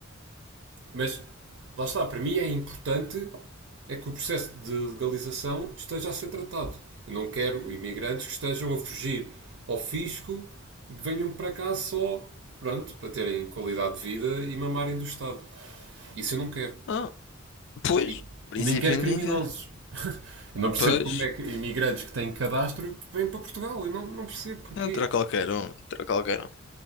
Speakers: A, on the right; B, on the left.
A: Mas lá está, para mim é importante é que o processo de legalização esteja a ser tratado. Eu não quero imigrantes que estejam a fugir ao fisco e que venham para cá só, pronto, para terem qualidade de vida e mamarem do Estado. Isso eu não quero.
B: Ah, pois,
A: E,
B: em princípio
A: e nem quer criminosos.
B: ninguém quer.
A: <laughs> Eu não percebo
B: Pois,
A: como é que imigrantes que têm cadastro vêm para Portugal. Eu não, não percebo porquê.
B: entra qualquer um, entra qualquer um.